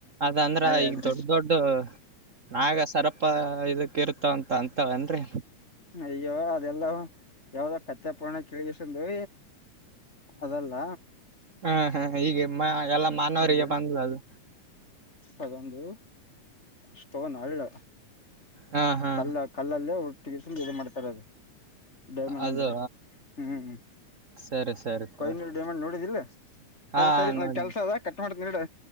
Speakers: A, on the right (about 80°); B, on the left (about 25°).
A: ಅದಂದ್ರ
B: ಅದೇ
A: ಈಗ್
B: ಅದೇ
A: ದೊಡ್ ದೊಡ್ ನಾಗ ಸರಪ ಇದಕ್ ಕ್ಕಿರ್ತಾವವಂತ ಅಂತವ ಏನ್ರಿ
B: ಅಯ್ಯೋ ಅದೆಲ್ಲ ಯಾವ್ದೋ ಕತ್ತೆಪುರ್ಣ ಕೇಳ್ಗಿಸಂದೀ ಅದಲ್ಲ
A: ಹಾ ಹಾ ಹೀಗೆ ಮ ಎಲ್ಲ ಮಾನವರಿಗೆ
B: ಅದೇ
A: ಬಂದ್ ಅದು
B: ಅದೊಂದು ಸ್ಟೋನ್ ಹಳ್
A: ಹಾ ಹಾ
B: ಕಲ್ಲ ಕಲ್ಲಲ್ಲೇ ಹು ಟಿಗಿಸಿಲ್ ಇದೆ ಮಾಡ್ತಾರದ್ ಕೊಹಿನೂರ್ ಡೈಮಂಡ್
A: ಅದು
B: ಅಂದ್ರ ಹ್ಮ್
A: ಸರಿ ಸರಿ ತಗೋರಿ
B: ಕೊಹಿ ನೂರು ಡೈಮಂಡ್ ನೋಡಿದಿಲ್ಲ ಸರಿ
A: ಹಾ
B: ಸರಿ ನ
A: ನೋಡೇನ್
B: ಕೆಲ್ಸ ಅದ ನೋಡ್ತಿನಿ ಇಡ